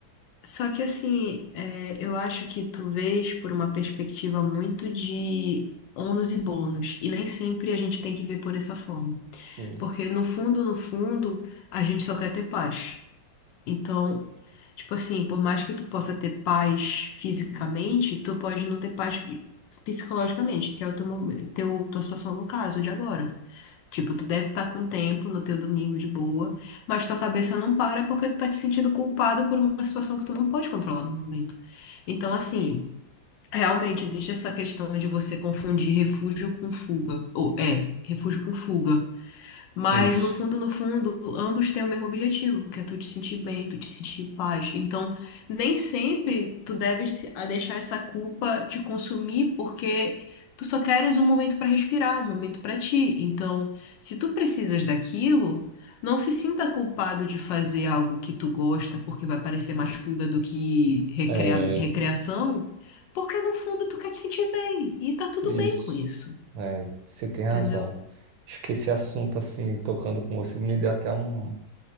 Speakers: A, on the left; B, on the right.
A: Só que assim, é, eu acho que tu vês por uma perspectiva muito de ônus e bônus, e nem sempre a gente tem que ver por essa forma.
B: Sim,
A: Porque no fundo, no fundo, a gente só quer ter paz. Então, tipo assim, por mais que tu possa ter paz fisicamente, tu pode não ter paz psicologicamente, que é o teu, momen- teu, tua situação no caso de agora. Tipo, tu deve estar com tempo no teu domingo de boa, mas tua cabeça não para porque tu tá te sentindo culpado por uma situação que tu não pode controlar no momento. Então, assim, realmente existe essa questão de você confundir refúgio com fuga. Ou é, refúgio com fuga. Mas
B: isso,
A: no fundo, no fundo, ambos têm o mesmo objetivo, que é tu te sentir bem, tu te sentir em paz. Então, nem sempre tu deves se- a deixar essa culpa te consumir, porque tu só queres um momento para respirar, um momento para ti. Então, se tu precisas daquilo, não se sinta culpado de fazer algo que tu gosta, porque vai parecer mais fuga do que recrea-
B: é,
A: recreação, porque no fundo tu quer te sentir bem, e tá tudo
B: isso,
A: bem com isso,
B: é, você tem
A: entendeu?
B: razão. Acho que esse assunto, assim, tocando com você, me deu até um,